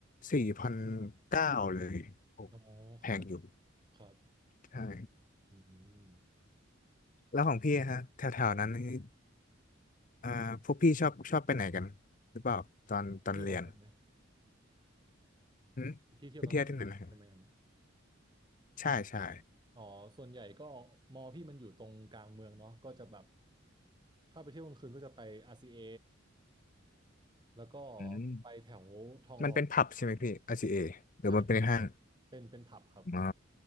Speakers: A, on the left; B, on the right.
A: สี่พันเก้าเลยโอ้
B: อ๋อครับ
A: แพงอยู่
B: ครับ
A: ใช่
B: อืม
A: แล้วของพี่อะฮะแถวๆนั้นนี่อ่าพวกพี่ชอบชอบไปไหนกันหรือเปล่าตอนตอนเรียน
B: เที่ยวใช่ไหม
A: หืมไปเที่ยวที่ไหนนะฮะ
B: ที่เที่ยวกลางคืนใช่ไหมครับ
A: ใช่ใช่
B: อ๋อส่วนใหญ่ก็มอพี่มันอยู่ตรงกลางเมืองเนาะก็จะแบบถ้าไปเที่ยวกลางคืนก็จะไป RCA แล้วก็
A: อืม
B: ไปแถวทองหล่อ
A: มันเป็นผับใช่ไหมพี่ r เ a หรือมันเป็นห้าง
B: ใช่ครับใช่เป็นเป็นผับครับ
A: อ๋อ